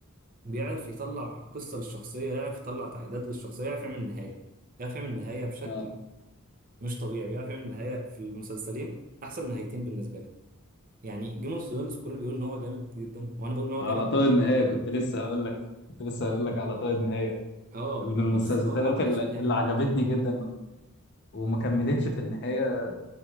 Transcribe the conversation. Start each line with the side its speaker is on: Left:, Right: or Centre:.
Right: بيعرف يطلع قصة للشخصية يعرف يطلع تعقيدات للشخصية يعرف يعمل نهاية يعرف يعمل نهاية بشكل
Left: اه
Right: مش طبيعي بيعرف يعمل نهاية في المسلسلين أحسن نهايتين بالنسبة لي يعني جيم اوف ثرونز كله بيقول إن هو جامد جدا وأنا بقول إن هو
Left: على
Right: جامد
Left: طار
Right: جدا
Left: النهايه كنت لسه هقول لك كنت لسه هقول لك على طار النهايه
Right: أه
Left: من المسلسلات
Right: بس هو ما عملش
Left: اللي,
Right: نهاية
Left: اللي عجبتني جدا وما كملتش في النهايه